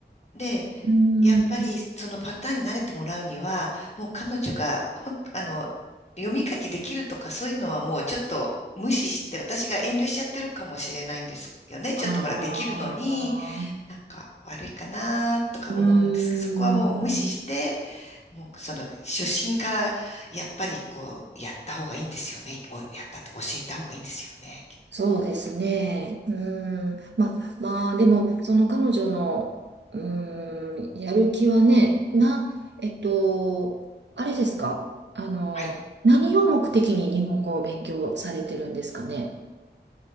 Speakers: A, on the left; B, on the right.
A: で
B: うん。
A: やっぱりそのパターンに慣れてもらうには、もう彼女がほん、あの、読み書きできるとかそういうのはもうちょっと無視して、私が遠慮しちゃってるかもしれないんですよね。ちょっとほら、
B: ああ、
A: できるのに、なんか悪いかなとか思うんですけど、
B: うん。
A: そこはもう無視して、もうその初心からやっぱりこう、やった方がいいんですよね。おやったってか教えた方がいいんですよね。
B: そうですね。うん。ま、まあ、でも、その彼女の、うん、やる気はね、な、えっと、あれですかあの、
A: はい。
B: 何を目的に日本語を勉強されてるんですかね。